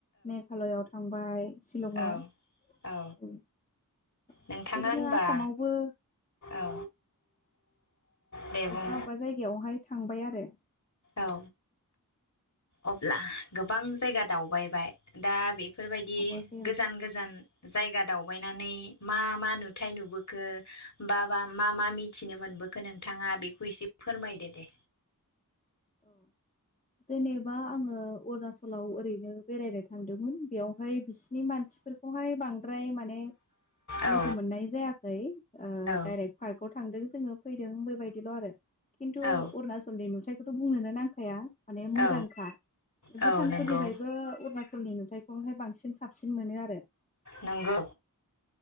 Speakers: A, on the left; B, on the left.
A: मेघालयआव <unintelligible> थांबाय। शिलंआव
B: औ औ
A: बेबायदिनो
B: नोंथाङा होनबा
A: आसामावबो
B: औ दे बुं
A: अबेबा अबेबा जायगायावहाय थांबाय आरो।
B: औ अब्ला गोबां जायगा दावबायबाय दा बे बेफोरबायदि
A: दावबायाखै आं
B: गोजान गोजान जायगा दावबायनानै मा मा नुथाय नुबोखो बा बा मा मा मिथिनो मोनबोखो नोंथाङा बेखौ एसे फोरमायदो दे।
A: औ जेनेबा आङो अरुणाचलाव ओरैनो बेरायनो थांदों। <unintelligible> बेवहाय बिसिनि मानसिफोरखौहाय बांद्राय माने
B: औ
A: लोगो मोननाय जायाखैे ओ
B: औ
A: डाइरेक्ट पार्कआव थांदों जोङो फैदों बेबायदिल आरो। खिनथु
B: औ
A: अरुणाचलनि <unintelligible> बेखौथ बुंनोनो नांखाया। माने मोजांखा
B: औ औ
A: भुटानफोरनिफ्रायबो
B: नंगौ
A: अरुणाचला <unintelligible> नुथायखौहाय बांसिन साबसिन मोनो आरो।
B: नंगौ